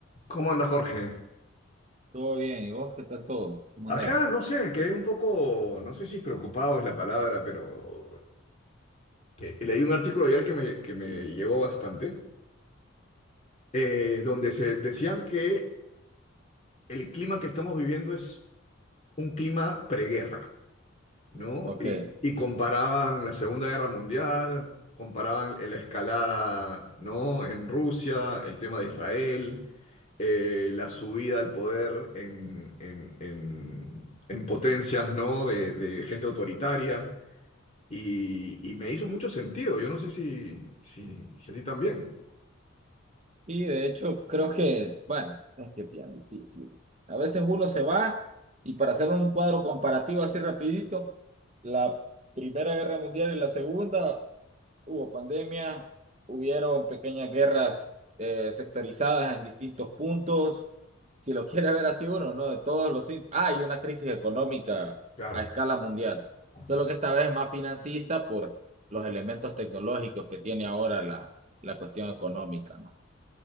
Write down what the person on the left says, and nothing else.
¿Cómo anda Jorge?
Acá
no sé, quedé un poco, no sé si preocupado es la palabra, pero eh, leí un artículo ayer que me, que me llegó bastante, eh, donde se decían que el clima que estamos viviendo es un clima preguerra. ¿no?
Y, y comparaban la Segunda Guerra Mundial, comparaban la escalada, ¿no? En Rusia, el tema de Israel, eh, la subida al poder en, en- en- en potencias, ¿no? De, de gente autoritaria. Y, y me hizo mucho sentido. Yo no sé si, si, si a ti también.
Claro.
Ajá.